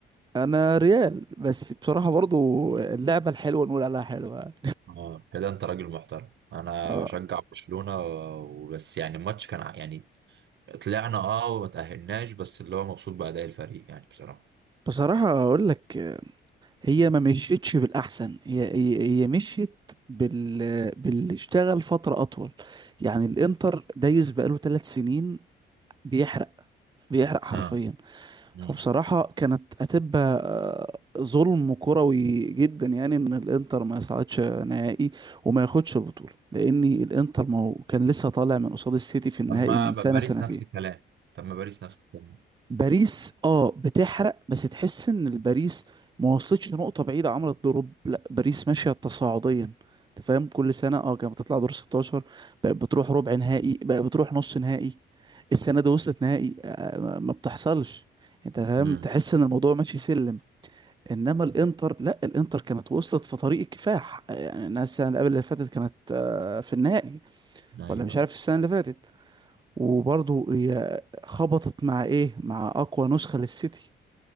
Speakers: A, on the right; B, on the right.
A: انا ريال بس بصراحه برضو اللعبه الحلوه نقول عليها حلوه يعني.
B: اه كده انت راجل محترم انا
A: اه
B: بشجع برشلونة وبس يعني الماتش كان ع- يعني طلعنا اه وما تأهلناش بس اللي هو مبسوط بأداء الفريق يعني بصراحة
A: بصراحه اقول لك آه، هي ما مشيتش بالاحسن هي هي, هي مشيت بال باللي اشتغل فتره اطول يعني الانتر دايس بقاله ثلاث سنين بيحرق بيحرق حرفيا
B: اه امم
A: فبصراحة كانت هتبقى آه، ظلم كروي جدا يعني ان الانتر ما يصعدش نهائي وما ياخدش البطولة لان الانتر ما هو كان لسه طالع من قصاد السيتي في النهائي
B: اما
A: من
B: باريس
A: سنة سنتين
B: نفس الكلام طب ما باريس نفس الكلام
A: باريس اه بتحرق بس تحس ان الباريس ما وصلتش نقطة بعيدة عملت دروب لا باريس ماشية تصاعديا انت فاهم كل سنة اه كانت بتطلع دور 16 بقت بتروح ربع نهائي بقت بتروح نص نهائي السنة دي وصلت نهائي آه، ما ما بتحصلش انت فاهم
B: امم
A: تحس ان الموضوع ماشي سلم انما الانتر لا الانتر كانت وصلت في طريق الكفاح آه، يعني الناس السنة اللي قبل اللي فاتت كانت آه، في النهائي
B: ايوه
A: ولا مش عارف السنة اللي فاتت وبرضه هي خبطت مع ايه مع اقوى نسخة للسيتي